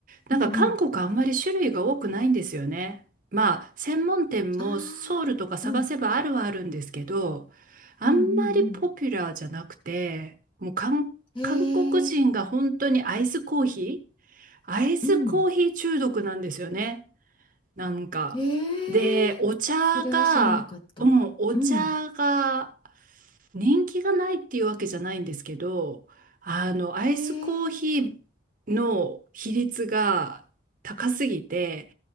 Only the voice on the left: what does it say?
うんうんうん
ああうん
うんうん
うんへえ、
うん。うん
へえ、
それは知らなかった。
うん。
へえ、